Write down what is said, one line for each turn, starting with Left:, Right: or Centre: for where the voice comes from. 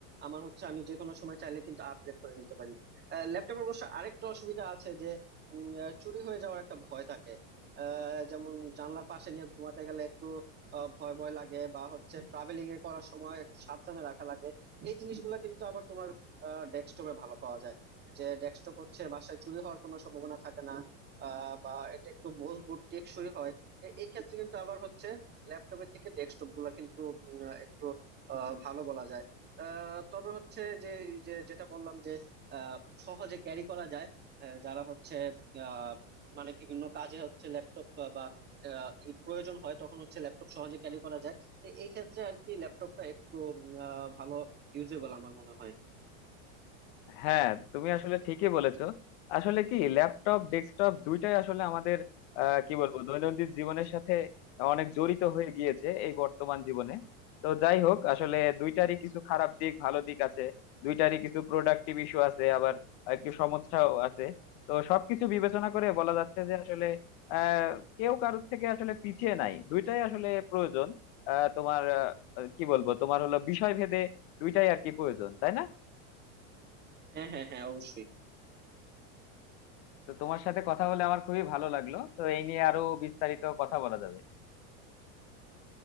Right: আমার হচ্ছে আমি যে কোনো সময় চাইলে কিন্তু আপগ্রেড করে নিতে পারি ল্যাপটপের অবশ্য আরেকটা অসুবিধা আছে যে উম, আহ, চুরি হয়ে যাওয়ার একটা ভয় থাকে আহ, যেমন জানলার পাশে নিয়ে ঘুমাতে গেলে একটু আহ, ভয় ভয় লাগে বা হচ্ছে ট্রাভেলিং এ করার সময় একটু সাবধানে রাখা লাগে এই জিনিসগুলো কিন্তু আবার তোমার ডেস্কটপে ভালো পাওয়া যায় যে ডেস্কটপ হচ্ছে বাসায় চুরি হওয়ার কোনো সম্ভাবনা থাকে না আহ, বা এটা একটু মজবুত টেকসই হয় এ- এই ক্ষেত্রে কিন্তু আবার হচ্ছে ল্যাপটপের থেকে ডেস্কটপ গুলা কিন্তু উম, আহ, একটু আহ, ভালো বলা যায় আহ, তবে হচ্ছে যে যে- যেটা বললাম যে আহ, সহজে ক্যারি করা যায় আহ, যারা হচ্ছে আহ মানে বিভিন্ন কাজে হচ্ছে ল্যাপটপ বা আহ, ই প্রয়োজন হয় তখন হচ্ছে ল্যাপটপ সহজে ক্যারি করা যায় এ- এই ক্ষেত্রে আর কি ল্যাপটপটা একটু উম, আহ, ভালো ইউজেবল আমার মনে হয়
Left: হ্যাঁ তুমি আসলে ঠিকই বলেছো আসলে কি ল্যাপটপ ডেস্কটপ দুইটাই আসলে আমাদের আহ, কি বলবো দৈনন্দিন জীবনের সাথে অনেক জড়িত হয়ে গিয়েছে এই বর্তমান জীবনে তো যাই হোক আসলে দুইটারই কিছু খারাপ দিক ভালো দিক আছে দুইটারই কিছু প্রোডাক্টিভ ইস্যু আছে আবার একটু সমস্যাও আছে তো সবকিছু বিবেচনা করে বলা যাচ্ছে যে আসলে আহ কেউ কারোর থেকে আসলে পিছিয়ে নাই দুইটাই আসলে প্রয়োজন আহ তোমার আহ, কি বলবো তোমার হলো বিষয় ভেদে দুইটাই আর কি প্রয়োজন তাই না
Right: হ্যাঁ হ্যাঁ হ্যাঁ অবশ্যই
Left: তো তোমার সাথে কথা বলে আমার খুবই ভালো লাগলো তো এই নিয়ে আরো বিস্তারিত কথা বলা যাবে